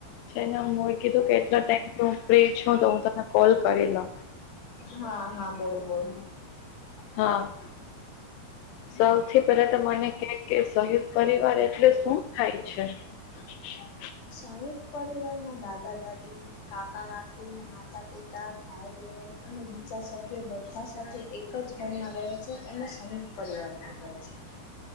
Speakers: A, on the left; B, on the left.
A: છે ને હું એ કીધું કેટલા ટાઈમથી હું ફ્રી છું તો હું તને કોલ કરી લઉ.
B: હા હા બોલ બોલ.
A: હા. સૌથી પહેલા તો મને કે કે શહીદ પરિવાર એટલે શું થાય છે <unintelligible>
B: શહેદ પરિવારમાં દાદા દાદી કાકા રાકુ માતા પિતા ભાઈ બહેન અને બીજા સભ્ય બધા સાથે ચ્છ ઘરમાં રહે છે અને સ પરિવાર પણ રહે છે